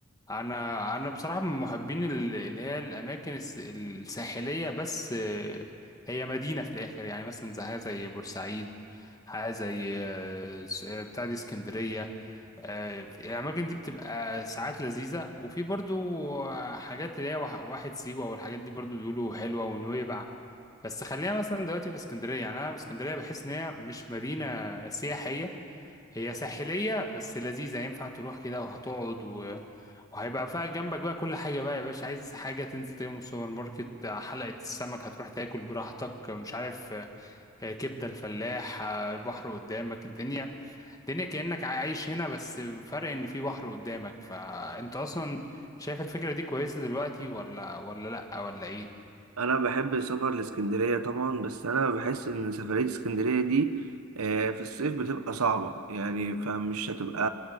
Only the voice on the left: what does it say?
انا انا بصراحه من محبين ال- اللي هي الاماكن الس- الساحليه بس آه، هي مدينه في الاخر يعني مثلا زي زي بورسعيد حاجه زي آه، س- آه، بتاع دي اسكندريه آه، الاماكن دي بتبقى ساعات لذيذه وفي برضو حاجات اللي هي وح- واحد سيوه والحاجات دي برضو بيقولوا حلوه ونويبع بس خلينا مثلا دلوقتي في اسكندريه يعني انا اسكندريه بحس ان هي مش مدينه سياحيه هي ساحلية بس لذيذة ينفع تروح كده وهتقعد و... وهيبقى فيها جنبك بقى كل حاجة بقى يا باشا عايز حاجة تنزل تجيبها من السوبر ماركت حلقة السمك هتروح تاكل براحتك مش عارف آه، كبدة الفلاح آه، البحر قدامك الدنيا الدنيا كأنك عايش هنا بس فرق إن في بحر قدامك فأنت أصلا شايف الفكرة دي كويسة دلوقتي ولا ولا لأ ولا إيه؟